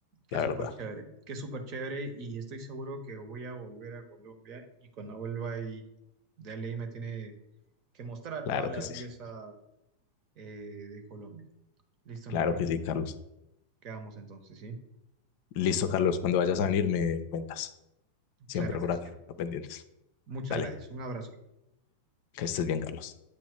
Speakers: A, on the right (about 40°); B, on the left (about 45°).
A: qué
B: la
A: súper
B: verdad.
A: chévere, qué súper chévere y estoy seguro que voy a volver a Colombia y cuando vuelva ahí de ley me tiene que mostrar
B: Claro
A: toda la
B: que sí,
A: belleza eh, de Colombia. Listo,
B: claro
A: mi bro.
B: que sí, Carlos.
A: Quedamos entonces, ¿sí?
B: Listo, Carlos, cuando vayas a venir me cuentas. siempre
A: Claro que
B: por
A: sí,
B: acá
A: hermano.
B: pendientes.
A: Muchas
B: Dale,
A: gracias. Un abrazo, hermano.
B: que estés bien, Carlos.